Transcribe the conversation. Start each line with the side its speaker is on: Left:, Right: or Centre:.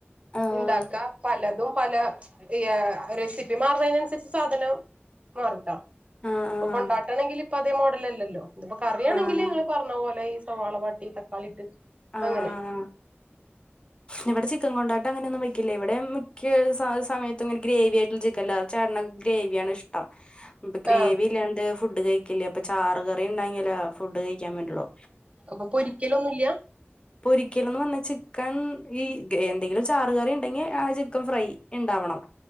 Left: ആഹ്
Right: ഉണ്ടാക്ക പലതും പല ഈ റെസിപ്പി മാറുന്നതിനനുസരിച്ച് സാധനം മാറൂട്ടോ
Left: ആഹ്
Right: ഇപ്പൊ
Left: ആഹ്
Right: കൊണ്ടാട്ടണെങ്കിൽ ഇപ്പൊ അതേ മോഡല അല്ലോ ഇതിപ്പോ കറിയാണെങ്കിൽ
Left: ആഹ്
Right: നിങ്ങള് പറഞ്ഞ പോലെ ഈ സവാളവാട്ടി തക്കാളിട്ട്
Left: ആഹ് ആഹ്
Right: അങ്ങനെ
Left: ഇവിടെ ചിക്കൻ കൊണ്ടാട്ടം അങ്ങനെയൊന്നും വെക്കില്ലേ ഇവിടെ മിക്ക സമയത്ത് തിമ്മ ഗ്രേവി ആയിട്ടുള്ള ചിക്കല്ല ചേട്ടന ഗ്രേവിയ ആണ് ഇഷ്ടം ഗ്രേവി
Right: ആഹ്
Left: ഇല്ലാണ്ട് ഫുഡ് കഴിക്കില്ലേ അപ്പ ചാറ് കറിണ്ടെങ്കിലാ ഫുഡ് കഴിക്കാൻ പറ്റുള്ളോ
Right: അപ്പപ്പോരിക്കല ഒന്നുമല്ല
Left: പൊരിക്കലന്ന് പറഞ്ഞാ ചിക്കൻ ഈ എന്തെങ്കിലും ചാ ചിക്കൻക്കറിയുണ്ടെകി ആ ചിക്കൻ ഫ്രൈ ഇണ്ടാവണം